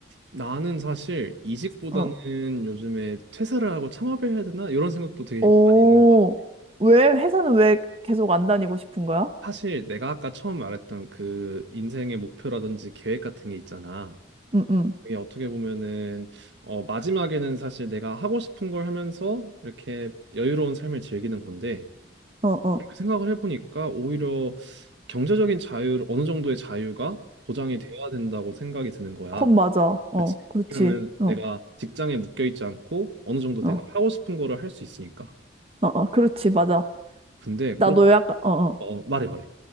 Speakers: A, on the right; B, on the right.
A: 나는 사실 이직보다는
B: 어.
A: 요즘에 퇴사를 하고 창업을 해야 되나 이런 생각도 되게
B: 오,
A: 많이 있는 것 같아.
B: 왜, 회사는 왜 계속 안 다니고 싶은 거야?
A: 사실 내가 아까 처음 말했던 그 인생의 목표라든지 계획 같은 게 있잖아.
B: 응, 응.
A: 이게 어떻게 보면은 어, 마지막에는 사실 내가 하고 싶은 걸 하면서 이렇게 여유로운 삶을 즐기는 건데
B: 어, 어.
A: 그렇게 생각을 해보니까 오히려 경제적인 자유 어느 정도의 자유가 보장이 되어야 된다고 생각이 드는 거야.
B: 컵 맞아. 어,
A: 그치?
B: 그렇지.
A: 그러면 내가
B: 어,
A: 직장에 묶여 있지 않고 어느 정도
B: 어,
A: 내가 하고 싶은 거를 할 수 있으니까.
B: 어, 어, 그렇지. 맞아.
A: 근데
B: 나도
A: 그렇게
B: 약간, 어, 어.
A: 어 말해 말해.